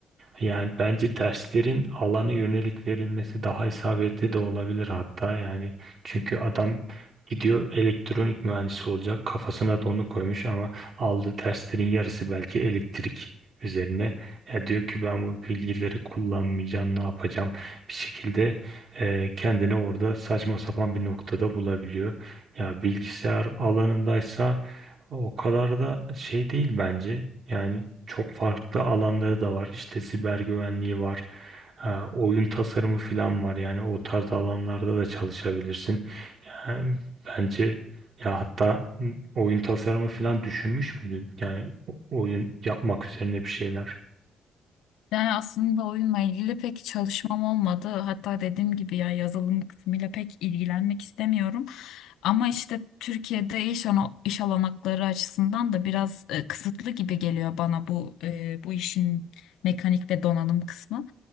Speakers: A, on the right; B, on the left.
A: Yani bence derslerin alana yönelik verilmesi daha isabetli de olabilir hatta yani çünkü adam gidiyor elektronik mühendisi olacak kafasına da onu koymuş ama aldığı derslerin yarısı belki elektrik üzerine. Ya diyor ki ben bu bilgileri kullanmayacağım ne yapacağım bir şekilde e, kendini orada saçma sapan bir noktada bulabiliyor. Ya bilgisayar alanındaysa o kadar da şey değil bence. Yani çok farklı alanları da var. İşte siber güvenliği var. Ha, oyun tasarımı falan var. Yani o tarz alanlarda da çalışabilirsin. Yani bence ya hatta m, oyun tasarımı falan düşünmüş müydün? Yani o- oyun yapmak üzerine bir şeyler.
B: Yani aslında oyunla ilgili pek çalışmam olmadı. Hatta dediğim gibi ya yazılım kısmıyla pek ilgilenmek istemiyorum. Ama işte Türkiye'de iş, ana- iş olanakları açısından da biraz e, kısıtlı gibi geliyor bana bu e, bu işin mekanik ve donanım kısmı.